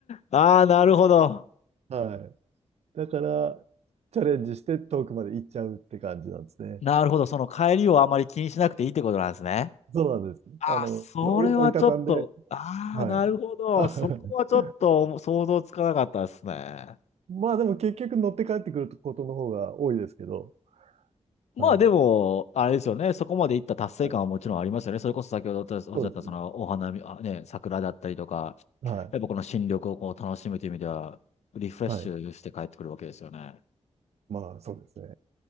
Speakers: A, on the left; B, on the right.
A: ああ、なるほど。
B: はい。だから、チャレンジして遠くまで行っちゃうって感じなんですね。
A: なるほど。その帰りをあまり気にしなくていいってことなんですね。
B: そうなんです。
A: ああ、
B: あの、
A: それはちょっと、
B: 折り、折りたたんで、
A: ああ、
B: はい。
A: なるほど。
B: <laughs>
A: そこはちょっと想像つかなかったですね。
B: まあでも結局乗って帰ってくることの方が多いですけど、
A: まあでも、
B: はい。
A: あれですよね。そこまでいった達成感はもちろんありますよね。
B: はい。
A: それこそ先ほどおっしゃったそのお花見、
B: そうですね。
A: あ、ね、桜だったりとか、
B: はい。
A: やっぱこの新緑をこう楽しむという意味では、リフレッシュして帰ってくるわけですよね。
B: はい。まあそうですね。